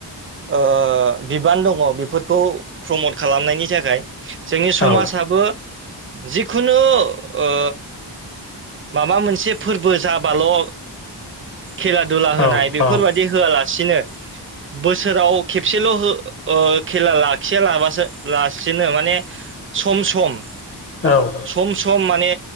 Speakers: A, on the right; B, on the left.
A: ओ बिबान दङ बेफोरखौ प्रमट खालामनायनि थाखाय जोंनि समाजाबो
B: औ
A: जिखुनु ओ माबा मोनसे फोरबो जाबाल' ओ खेला दुला होनाय
B: औ
A: बे
B: औ
A: फोरबायदि होआलासिनो बोसोराव खेबसेल' हो ओ खेला लाखिया लाबासो लासिनो माने सम सम
B: औ
A: सम सम माने